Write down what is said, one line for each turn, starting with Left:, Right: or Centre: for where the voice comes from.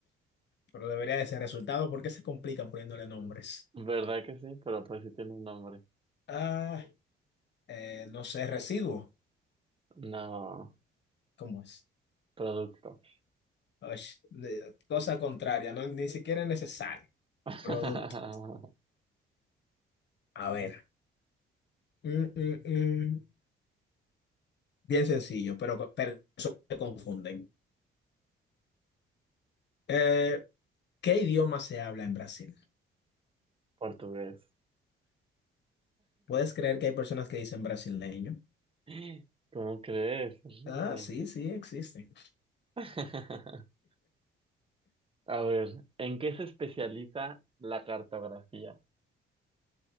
Left: pero debería de ser resultado porque se complican poniéndole nombres.
Right: ¿Verdad que sí? Pero pues sí tiene un nombre.
Left: Ah, eh, no sé, residuo.
Right: No,
Left: ¿Cómo es?
Right: producto.
Left: Osh, de- cosa contraria, no, ni siquiera es necesario.
Right: <laughs>
Left: Producto. A ver. Mm, mm, mm. Bien sencillo, pero co- personas se confunden. Eh, ¿qué idioma se habla en Brasil?
Right: Portugués.
Left: ¿Puedes creer que hay personas que dicen brasileño?
Right: <laughs> ¿Cómo crees? Horrible.
Left: Ah, sí, sí, existen.
Right: <laughs> A ver, ¿en qué se especializa la cartografía?